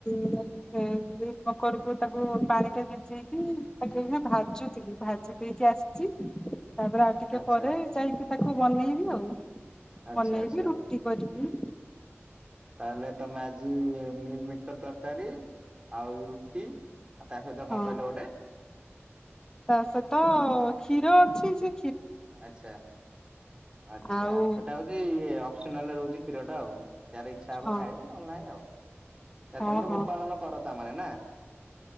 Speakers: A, on the left; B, on the right.
A: ହୁଁ। ମିଲ ମୀକରକୁ ତାକୁ ପାଣିରେ ଭିଜେଇକି ତାକୁ ଏନା ଭାଜୁଥିଲି ଭାଜି ଦେଇକି ଆସିଛି।
B: <inaudible>
A: ତାପରେ ଆଉ ଟିକେ
B: ଆଚ୍ଛା।
A: ପରେ ଯାଇକି ତାକୁ ବନେଇବି ଆଉ।
B: ଆଚ୍ଛା
A: ବନେଇବି
B: ଆଚ୍ଛା
A: ରୁଟି କରିବି।
B: ତାହେଲେ ତମେ ଆଜି ମିଲ୍ ମୀକର ତରକାରୀ ଆଉ ରୁ ଟି ଆଉ ତା ସହିତ କଣ
A: ହଁ
B: କହିଲ ଗୋଟେ?
A: ତା ସହିତ କ୍ଷୀର ଅଛି ଯେ
B: ଆଚ୍ଛା ଆଚ୍ଛା
A: ଆଉ
B: ସେଟା ହେଉଛି ଇଏ ଅପସିନାଲ ରହୁଛି କ୍ଷୀର ଟା ଆଉ। ତାର ଇଚ୍ଛା ହବ
A: ଆଉ
B: ଖାଇବ ନହେଲେ ନାହିଁ ଆଉ
A: ହଁ
B: ତମର
A: ହଁ
B: ଗୋପାଳନ କର ତା ମାନେ ନା। <unintelligible>